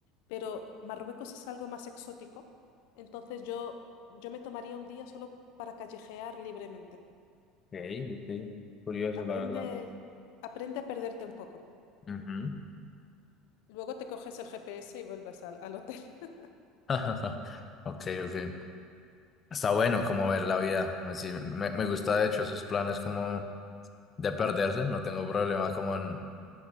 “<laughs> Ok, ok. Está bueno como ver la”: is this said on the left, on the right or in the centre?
Left